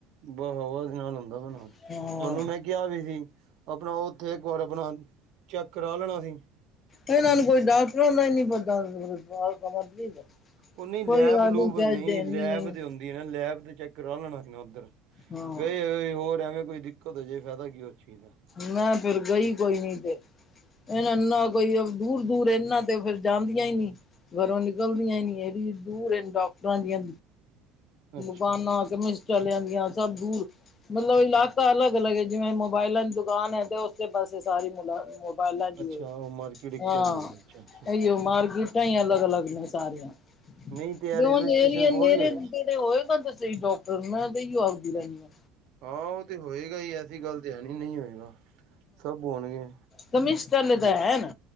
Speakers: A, on the right; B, on the left.
A: ਬਾ ਹਵਾ ਨਾਲ ਹੁੰਦਾ ਹੋਣਾ
B: ਆਇਆ ਹਾਂ
A: ਤੁਹਾਨੂੰ ਮੈਂ ਕਿਹਾ ਵੀ ਸੀ, ਆਪਣਾ ਉੱਥੇ ਇੱਕ ਵਾਰ ਆਪਣਾ ਚੈੱਕ ਕਰਾ ਲੈਣਾ ਸੀ।
B: ਇਹਨਾਂ ਨੂੰ ਕੋਈ ਡਾਕਟਰ ਦਾ ਨੀ ਪਤਾ ਹੁੰਦ ਸਮਝ <unintelligible>
A: ਉਹ ਨਹੀਂ ਲੈਬ
B: ਕੋਈ ਗੱਲ
A: ਲੂਬ
B: ਨਹੀਂ ਕੈਸ ਦੇਣੀ
A: ਲੈਬ
B: ਨਹੀਂ।
A: ਤੇ ਹੁੰਦੀ ਨਾ ਲੈਬ ਤੇ ਚੈੱਕ ਕਰਾ ਲੈਣਾ ਸੀ, ਨਾ ਉੱਧਰ
B: ਹਾਂ
A: ਗਏ ਹੋ ਹੋਰ ਐਵੇਂ, ਕੋਈ। ਇੱਕ, ਦੋਂ ਜੇ ਫਾਇਦਾ ਕੀ ਉਹ ਚੀਜ਼ ਦਾ।
B: ਮੈਂ ਫੇਰ, ਗਈ ਕੋਈ ਨੀ ਫੇਰ। ਇਨਾ ਨੂੰ ਨਾ ਕੋਈ ਦੂਰ- ਦੂਰ ਇਨਾਂ ਤੇ ਫਿਰ ਜਾਂਦੀਆਂ ਹੀ ਨਹੀਂ। ਘਰੋਂ ਨਿਕਲਦੀਆਂ ਨਹੀਂ, ਇਹੜ ਦੂਰ ਇਹ ਡਾਕਟਰਾਂ ਦੀਆਂ
A: ਅੱਛਾ।
B: ਬਾਨਾ ਕਿਵੇ <unintelligible> ਚੱਲ ਜਾਂਦੀਆਂ ਸਭ ਦੂਰ ਮਤਲਬ ਇਲਾਕਾ ਅਲੱਗ- ਅਲੱਗ ਹੈ, ਜਿਵੇਂ ਮੋਬਾਇਲਾਂ ਦੀ ਦੁਕਾਨ ਹੈ ਤੇ ਤੇ ਬਸ ਇਹ ਸਾਰੀ ਕਮਾਈ ਮੋਬਾਇਲਾ ਦੀ
A: ਅੱਛਾ
B: ਏ
A: ਉਹ ਮਾਰਕੀਟ ਇੱਕੋ
B: ਹਾਂ
A: ਜਿਹੀ ਐ, ਅੱਛਾ-ਅੱਛਾ।
B: ਈਓ ਮਾਰ ਗੀ। ਤਈਆਂ ਅਲੱਗ- ਅਲੱਗ ਨੇ ਸਾਰੀਆਂ।
A: ਨਹੀਂ ਤੇ ਆ
B: ਕਿਉਂ
A: ਰੇਲਵੇ
B: ਮੇਰੀਏ
A: ਸਟੇਸ਼ਨ ਕੋਲ
B: ਨੇਰੇ
A: ਹੀ ਹੈਗਾ।
B: ਜਹ, ਉਹ ਨਾ ਦੱਸੋ ਡਾਕਟਰ ਤੇਈ ਆਪਦੀ ਰਹਿੰਦੀ ਆ।
A: ਹਾਂ, ਉਹ ਤੇ ਹੋਏਗਾ ਹੀ, ਐਸੀ ਗੱਲ ਤੇ ਹੈ ਨੀ ਨਹੀਂ ਹੋਏਗਾ ਸਭ ਹੋਣਗੇ।
B: ਕਮਿਸ਼ਟਰੱਲ ਦਾ ਹੈ, ਨਾ